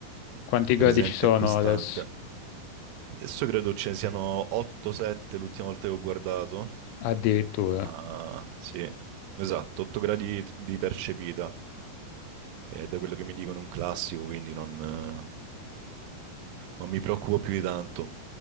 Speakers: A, on the left; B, on the right.
A: Quanti
B: presente
A: gradi ci sono
B: e costante.
A: adesso?
B: Adesso credo ce ne siano 8-7 l'ultima volta che ho guardato,
A: Addirittura.
B: ma sì, esatto, 8 gradi di percepita, è da quello che mi dicono è un classico, quindi non eh, non mi preoccupo più di tanto.